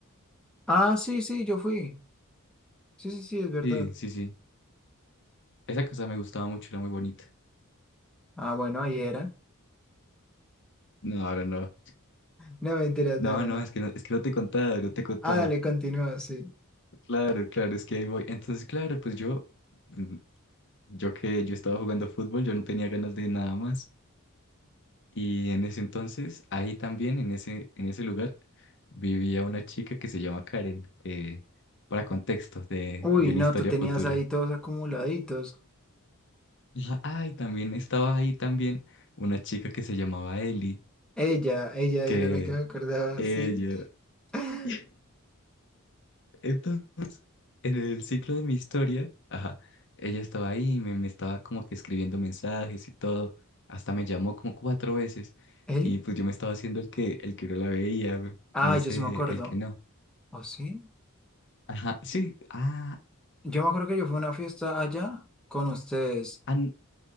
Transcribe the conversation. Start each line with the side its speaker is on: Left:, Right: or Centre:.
Centre: Ah, sí, sí, yo fui. Sí, sí, sí, es verdad.
Left: Sí, sí, sí. Esa casa me gustaba mucho, era muy bonita.
Centre: Ah, bueno, ahí era.
Left: No, ahora no.
Centre: No, mentiras,
Left: No,
Centre: no, no,
Left: no,
Centre: no.
Left: es que no, es que no te he contado, no te he contado.
Centre: Ah, dale, continúa, sí.
Left: Claro, claro, es que ahí voy. Entonces, claro, pues yo, mm, yo que yo estaba jugando fútbol, yo no tenía ganas de nada más. Y en ese entonces, ahí también, en ese, en ese lugar, vivía una chica que se llama Karen, eh, para contextos de,
Centre: Uy,
Left: de una
Centre: no,
Left: historia
Centre: tú tenías
Left: futura.
Centre: ahí todos acumuladitos.
Left: Ajá, Ah, y también estaba ahí también una chica que se llamaba Eli,
Centre: Ella, ella era
Left: que
Centre: la que me acordaba,
Left: ella...
Centre: sí. <laughs>
Left: <laughs> Entonces, en el ciclo de mi historia, ajá, ella estaba ahí y me, me estaba como que escribiendo mensajes y todo. Hasta me llamó como cuatro veces.
Centre: ¿Eli?
Left: Y pues yo me estaba haciendo el que, el que no la veía, me
Centre: Ah,
Left: me hice
Centre: yo sí me acuerdo.
Left: el que no.
Centre: ¿O sí?
Left: Ajá, sí, ah,
Centre: Yo me acuerdo que yo fui a una fiesta allá con ustedes.
Left: an-